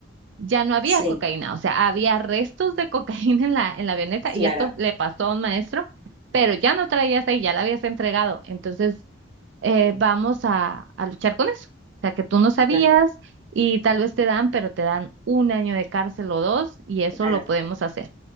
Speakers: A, on the right (about 60°); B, on the right (about 25°).
A: ya no había
B: sí,
A: cocaína, o sea, había restos de cocaína en la, en la avioneta
B: claro,
A: y esto le pasó a un maestro, pero ya no traías ahí, ya la habías entregado. Entonces, eh, vamos a, a luchar con eso. O sea, que tú no sabías
B: claro,
A: y tal vez te dan, pero te dan un año de cárcel o dos y eso
B: claro.
A: lo podemos hacer.